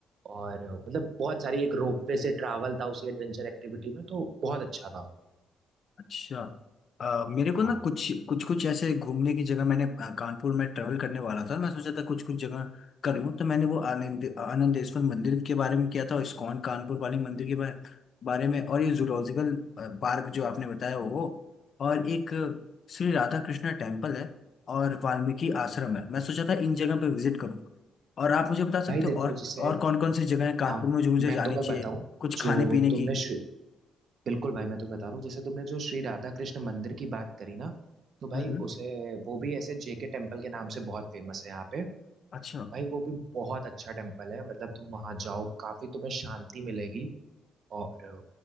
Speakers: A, on the right; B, on the left.
A: और मतलब बहुत सारी एक रोप वे से ट्रैवल था उसी एडवेंचर एक्टिविटी में तो बहुत अच्छा था
B: अच्छा अ, मेरे को
A: हाँ
B: ना कुछ कुछ कुछ ऐसे घूमने की जगह मैंने अ, कानपुर में ट्रेवल करने वाला था मैं सोचा था कुछ कुछ जगह कर लूँ तो मैंने वो आनंद आनंदेश्वर मंदिर के बारे में किया था और इस्कॉन कानपुर वाली मंदिर के बारे बारे में और ये जूलॉजिकल पार्क जो आपने बताया वो और एक श्री राधा कृष्णा टेम्पल है और वाल्मीकि आश्रम है मैं सोचा था इन जगह पे विजिट करूँ और आप मुझे बता सकते
A: भाई देखो
B: हो और
A: जैसे
B: और कौन कौन सी जगह है कानपुर
A: हाँ
B: में जो मुझे
A: मैं
B: जानी
A: तुम्हें
B: चाहिए
A: बताऊं
B: कुछ
A: जो
B: खाने पीने
A: तुमने
B: की
A: श्री बिल्कुल भाई मैं तुम्हें बता रहा हूँ जैसे तुमने जो श्री राधा कृष्ण मंदिर की बात करी ना तो भाई
B: हम्म हम्म,
A: उसे वो भी ऐसे जेके टेम्पल के नाम से बहुत फेमस है यहाँ पे
B: अच्छा
A: भाई वो भी बहुत अच्छा टेम्पल है मतलब तुम वहां जाओ काफी तुम्हें शांति मिलेगी और